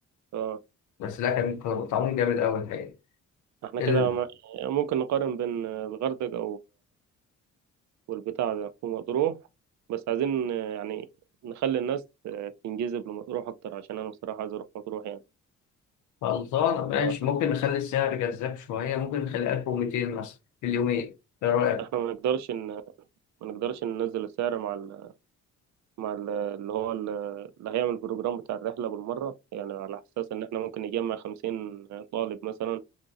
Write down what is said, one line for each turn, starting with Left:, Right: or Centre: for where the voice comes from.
Right: اه
Left: بس لا كان طعمهم جامد أوي الحقيقة
Right: احنا
Left: ال-
Right: كده ما- ممكن نقارن بين الغردقة والبتاع ده ومطروح بس عايزين آه، يعني نخلي الناس آه، تنجذب لمطروح أكتر عشان أنا بصراحة عايز أروح مطروح يعني
Left: خلصانة ماشي
Right: آه،
Left: ممكن نخلي السعر جذاب شوية ممكن نخليه 1200 مثلا في اليومين إيه رأيك؟
Right: إحنا ما نقدرش إن ما نقدرش ننزل السعر مع ال... مع ال... اللي هو ال... اللي هيعمل البروجرام بتاع الرحلة بالمرة يعني على أساس إن إحنا ممكن نجمع خمسين طالب مثلا